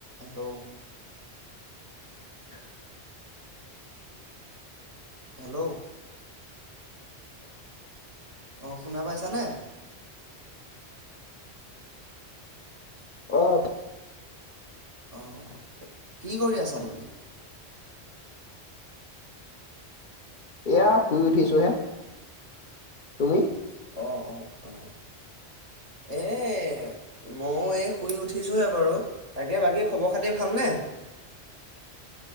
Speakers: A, on the right; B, on the left.
A: আৰু'
B: <unintelligible>
A: হেল্ল' অঁঃ শুনা পাইছানে?
B: অফ
A: আহ কি কৰি আছা তুমি?
B: এয়া শুই উঠিছো হে তুমি?
A: অ অ অ এই ময়ো এই শুই উঠিছোঁহে বাৰু তাকে বাকী খবৰ খাতি ভালনে